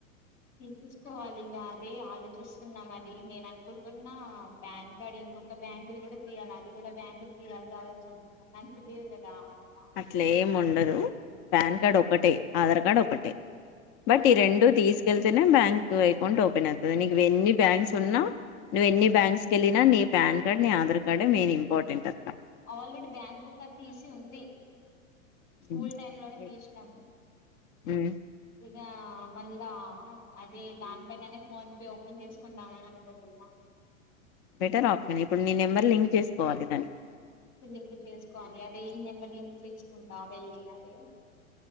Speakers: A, on the left; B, on the left.
A: తీసేసుకోవాలి ఇగా అదే ఆలో చూస్తున్నాం మది నేను అనుకుంటున్నా పాన్ కార్డ్ ఇంకొక బ్యాంకు కూడా తీయాలి అది కూడా బ్యాంకు తీయాలి కావచ్చు అనుకుంటున్న నాకు తెలిదు కదా అంతా
B: అట్లే ఏం ఉండదు పాన్ కార్డ్ ఒకటే ఆధార్ కార్డ్ ఒకటే బట్ ఈ రెండు తీసు కెళ్తేనే బ్యాంక్ అకౌంట్ ఓపెన్ అవుతుంది నీకు ఎన్ని బ్యాంక్స్ ఉన్నా నువ్ ఎన్ని బ్యాంక్స్ కళ్ళిన నీ పాన్ కార్డ్ నీ ఆధార్ కార్డే మేన్ ఇంపార్టెంట్ అక్కడ
A: ఆల్రెడీ బ్యాంక్ బుక్ అ తీసి ఉంది స్కూల్
B: హ్మ్.
A: టైమ్ లోనే
B: బె
A: తీసినాము
B: హ్మ్.
A: ఇగా మళ్ళా అదే దానిపైననే ఫోన్ పే ఓపెన్ చేసుకుందామని అనుకుంటున్నా
B: బెటర్ ఆప్షన్ ఇప్పుడు నీ నెంబర్ లింక్ చేసుకోవాలి దానికి
A: లింక్ చేసుకోవాలి అదే ఈ నెంబర్ లింక్ చేసుకుంటా వెళ్ళి అదే